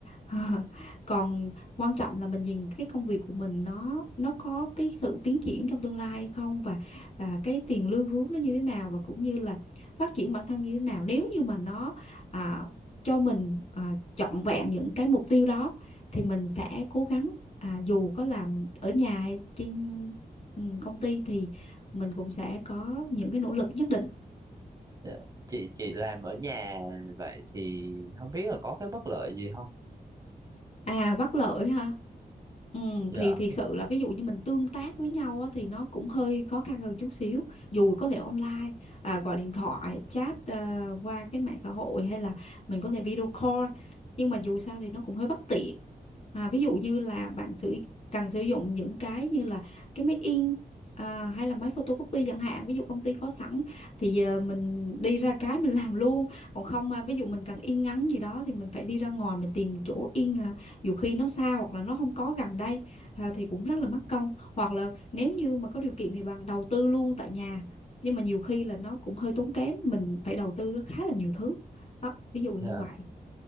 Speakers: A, on the left; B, on the right.
A: <laughs> còn quan trọng là mình nhìn cái công việc của mình nó nó có cái sự tiến triển trong tương lai hay không và và cái tiền lương hướng nó như thế nào và cũng như là phát triển bản thân như thế nào nếu như mà nó à, cho mình à, trọn vẹn những cái mục tiêu đó thì mình sẽ cố gắng à, dù có làm ở nhà hay trên ừ, công ty thì mình cũng sẽ có những cái nỗ lực nhất định
B: Dạ. chị chị làm ở nhà vậy thì không biết là có cái bất lợi gì không
A: à bất lợi ha Ừ,
B: dạ
A: thì thiệt sự là ví dụ như mình tương tác với nhau á, thì nó cũng hơi khó khăn hơn chút xíu dù có thể online à, gọi điện thoại chat à, qua cái mạng xã hội hay là mình có thể video call nhưng mà dù sao thì nó cũng hơi bất tiện à, ví dụ như là bạn sử cần sử dụng những cái như là cái máy in à, hay là máy photocopy chẳng hạn ví dụ công ty có sẵn thì giờ mình đi ra cái mình làm luôn còn không à, ví dụ mình cần yên ngắn gì đó thì mình phải đi ra ngoài mình tìm chỗ yên à, dù khi nó xa hoặc là nó không có gần đây à, thì cũng rất là mất công hoặc là nếu như mà có điều kiện thì bạn đầu tư luôn tại nhà nhưng mà nhiều khi là nó cũng hơi tốn kém mình phải đầu tư khá là nhiều thứ đó ví dụ như
B: dạ
A: vậy